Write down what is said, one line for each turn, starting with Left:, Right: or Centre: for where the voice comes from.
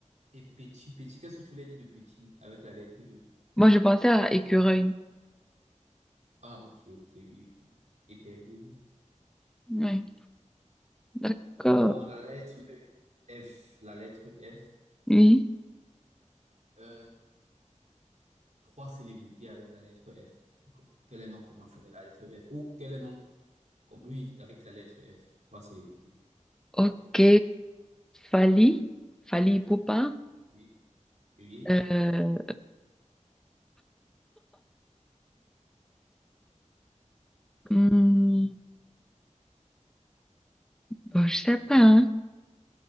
Right: et petit, petit, qu'est-ce que tu voulais dire de petit avec la lettre E?
Centre: Moi, je pensais à écureuil.
Right: Ah, ok, ok, oui, oui, oui. Épervier, oui.
Centre: Oui. D'accord.
Right: Bon, la lettre F, la lettre F.
Centre: Oui.
Right: Euh, trois célébrités avec la lettre F. Co- Quel nom commence avec la lettre F? Ou quel nom, comme, oui, avec la lettre F. Trois célébrités.
Centre: Ok, Fali, Fali Poupa.
Right: Oui, oui. oui.
Centre: Euh, hmm, bon, je sais pas. Hein.